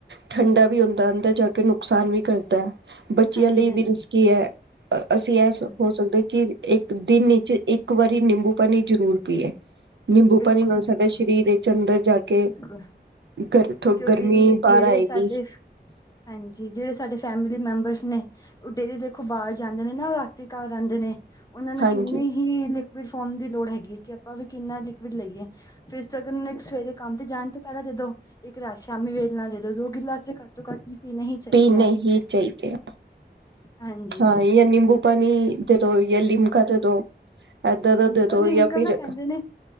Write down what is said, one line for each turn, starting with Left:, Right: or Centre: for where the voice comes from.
Right: ਠੰਡਾ ਵੀ ਹੁੰਦਾ, ਅੰਦਰ ਜਾ ਕੇ ਨੁਕਸਾਨ ਵੀ ਕਰਦਾ। ਬੱਚਿਆਂ
Left: ਹਾਂਜੀ
Right: ਲਈ
Left: ਹਾਂਜੀ
Right: ਵੀ ਰਿਸਕੀ ਐ ਅਸੀਂ
Left: ਬਿਲਕੁਲ
Right: ਐ ਸੋਚ ਸਕਦੇ ਕਿ ਇੱਕ ਦਿਨ ਇਚ ਇੱਕ ਵਾਰੀ ਨਿੰਬੂ ਪਾਣੀ ਜ਼ਰੂਰ ਪੀਏ ਨਿੰਬੂ
Left: ਬਿਲਕੁਲ
Right: ਪਾਣੀ ਨਾਲ
Left: ਬਿਲਕੁਲ
Right: ਸਾਡਾ ਸਰੀਰ ਇਚ ਅੰਦਰ ਜਾ ਕੇ
Left: ਬਿਲਕੁਲ
Right: ਗਰਥੋ
Left: ਕਿਉਂਕਿ
Right: ਗਰਮੀ
Left: ਜਿਹੜੇ
Right: ਬਾਅਰ ਆਏਗੀ
Left: ਸਾਡੇ ਹਾਂਜੀ ਜਿਹੜੇ ਸਾਡੇ ਫੈਮਿਲੀ ਮੈਂਬਰਸ ਨੇ ਡੇਲੀ ਦੇਖੋ ਬਾਹਰ ਜਾਂਦੇ ਨੇ ਨਾ ਰਾਤੀ ਘਰ ਆਉਂਦੇ ਨੇ ਉਹਨਾਂ ਨੂੰ
Right: ਹਾਂਜੀ
Left: ਕਿੰਨੇ ਹੀ ਲਿਕੁਿਡ ਫੋਮ ਦੀ ਲੋੜ ਹੈਗੀ ਹੈ ਕਿ ਆਪਾਂ ਵੀ ਕਿੰਨਾ ਲਿਕੁਿਡ ਲਈਏ। ਫਿਰ ਸੇ ਅਗਰ ਸਵੇਰੇ ਕੰਮ ਤੇ ਜਾਣ ਤੋਂ ਪਹਿਲਾਂ ਦੇ ਦੋ। ਇੱਕ ਰਾਤ ਸ਼ਾਮੀ ਵੇਲੇ ਨਾਲੇ ਦੋ-ਦੋ ਗਿਲਾਸ ਘੱਟ ਤੋਂ ਘੱਟ ਪੀਣੇ ਹੀ ਚਾਹੀਦੇ
Right: ਪੀ ਨਹੀਂ
Left: ਹੈ
Right: ਚਾਹੀਦੇ।
Left: ਹਾਂਜੀ,
Right: ਹਾਂ ਜਾਂ ਨਿੰਬੂ ਪਾਣੀ ਦੇ ਦੋ ਜਾਂ ਲਿਮਕਾ ਦੇ ਦੋ। ਇਦਾਂ ਦਾ
Left: ਹਾਂਜੀ
Right: ਦੇ
Left: ਪਰ
Right: ਦੋ
Left: ਲਿਮਕਾ
Right: ਜਾਂ ਫਿਰ
Left: ਨਾ ਕਹਿੰਦੇ ਨੇ